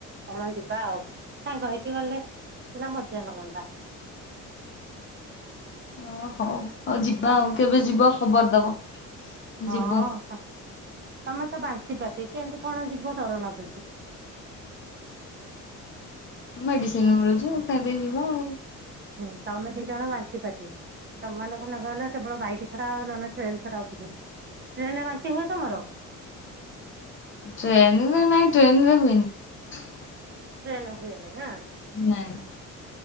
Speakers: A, on the right; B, on the left.
A: କଣ ଯିବା ଆଉ ସାଙ୍ଗ ହେଇକି ଗଲେ ସିନା ମଜା ଲାଗନ୍ତା।
B: ଓ ହଉ ହଉ ଯିବା ଆଉ କେବେ ଯିବା ଖବର ଦବ।
A: ହଁ
B: ଯିବୁ।
A: ତମେ ତ ବାନ୍ତି ପାଟି କେମିତି କଣ ଯିବ ଡ଼ର ଲାଗୁଛି।
B: ମେଡ଼ିସିନ୍ ମିଳୁଛି ଆଉ ଖାଇଦେଇ ଯିବା ଆଉ।
A: ହୁଁ ତମେ ଦି ଜଣ ବାନ୍ତି ପାର୍ଟି। ତମ ମାନଙ୍କୁ ନେବା ହେଲେ କେବଳ ବାଇକ୍ ଛଡ଼ା ଆଉ ନହେଲେ ଟ୍ରେନ୍ ଛଡ଼ା ଆଉ <unintelligible> ଟ୍ରେନ୍ ରେ ବାନ୍ତି ହୁଏ ତମର?
B: ଟ୍ରେନ୍ ରେ ନାଇଁ ଟ୍ରେନ୍ ରେ ହୁଏନି।
A: ଟ୍ରେନ ରେ ହୁଏନି ନା?
B: ନାଇଁ।